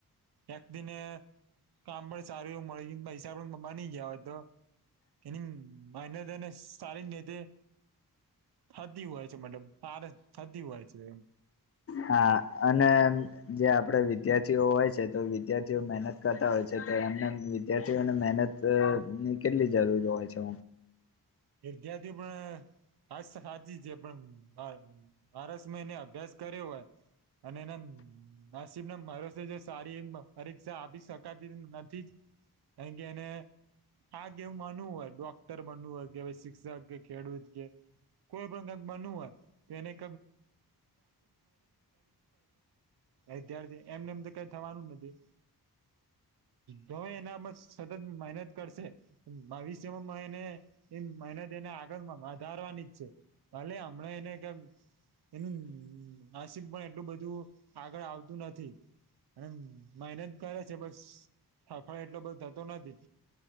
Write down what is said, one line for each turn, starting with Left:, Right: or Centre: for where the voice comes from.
Right: એક દી ને કામ પણ સારું એવું મળી ગયું પૈસા પણ બની ગયા હોય તો એની એનેને સારી નેધ થતી હોય છે મતલબ ફાર થતી હોય છે એમ
Left: હા અને જે આપડે વિદ્યાર્થીઓ હોય છે તો વિદ્યાર્થીઓ મહેનત કરતા હોય છે. એમ વિદ્યાર્થીઓને મહેહનત ની કેટલી જરૂર હોય છે.
Right: વિદ્યાર્થી પણ હાચી છે પણ <unintelligible> અભ્યાસ કર્યો હોય અને એના <unintelligible> પરીક્ષા આપી શકાતી નથી જ <unintelligible> ડોક્ટર બનવું હોય શિક્ષક કે ખેડૂત કે કોઈ પણ હોય એને <unintelligible> એમને એમ તો કઈ થવાનું નથી તોય એનામાં સતત મહેનત કરશે ભવિષ્ય માં એને એની મેહનત એની અગાળ વધારવાની છે ભલે અમના એને એમ એનું નસીબ પણ એટલું બધું આગળ આવતું નથી અને મહેનત કરે છે બસ સાફળ એટલો બધો થતો નથી